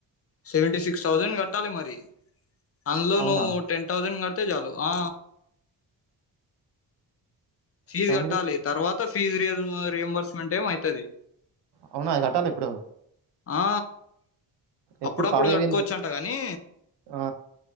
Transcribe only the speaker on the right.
అవునా
సెవెంటీ
సిక్స్
అవునా అది కట్టాలి ఇప్పుడు
ఎప్పుడు కాలేజ్
పోయిన త-
ఆ,